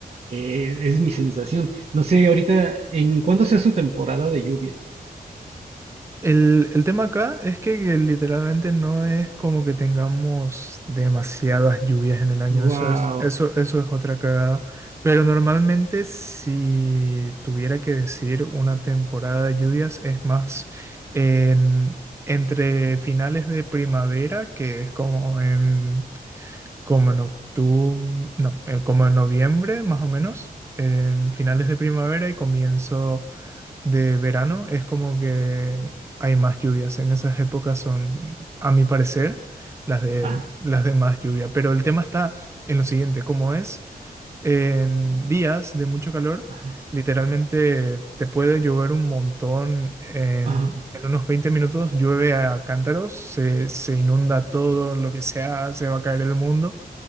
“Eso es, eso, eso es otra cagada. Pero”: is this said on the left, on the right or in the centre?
Right